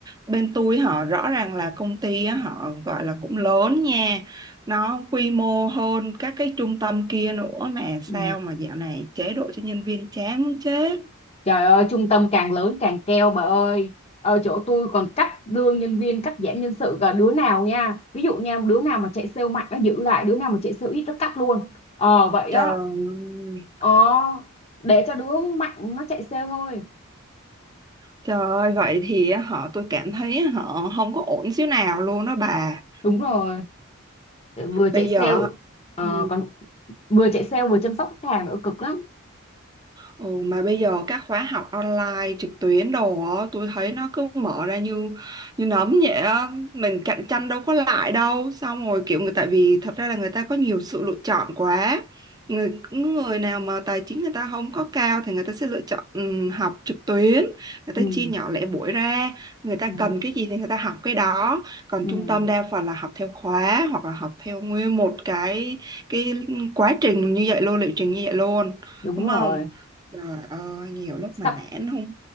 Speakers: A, on the right; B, on the left.
A: Bên tôi họ rõ ràng là công ty á, họ gọi là cũng lớn nha. Nó quy mô hơn các cái trung tâm kia nữa mà sao
B: ừ.
A: mà dạo này chế độ cho nhân viên chán muốn chết.
B: trời ơi trung tâm càng lớn càng keo bà ơi ở chỗ tôi còn cắt lương nhân viên cắt giảm nhân sự cả đứa nào nha ví dụ nha đứa nào mà chạy sale mạnh nó giữ lại đứa nào mà chạy sale ít nó cắt luôn ờ vậy đó
A: Trời ơi,
B: ờ để cho đứa mạnh nó chạy sale thôi
A: trời ơi, vậy thì họ tôi cảm thấy họ không có ổn xíu nào luôn đó bà.
B: đúng rồi vừa chạy
A: Bây
B: sale
A: giờ
B: ờ,
A: ừ,
B: còn vừa chạy sale vừa chăm sóc khách hàng nữa cực lắm
A: Ừ, mà bây giờ các khóa học online trực tuyến đồ á, tôi thấy nó cứ mở ra như như nấm vậy á, mình cạnh tranh đâu có lại đâu. Xong rồi kiểu người tại vì thật ra là người ta có nhiều sự lựa chọn quá. Người người nào mà tài chính người ta không có cao thì người ta sẽ lựa chọn ừ, học trực tuyến, người
B: ừ,
A: ta chia nhỏ lẻ buổi ra, người ta
B: ừ,
A: cần cái gì thì người ta học cái đó. Còn
B: ừ,
A: trung tâm đa phần là học theo khóa hoặc là học theo nguyên một cái cái quá trình như vậy luôn, liệu trình như vậy luôn,
B: đúng
A: đúng không?
B: rồi
A: Trời ơi, nhiều lúc mà
B: sắp
A: nản không,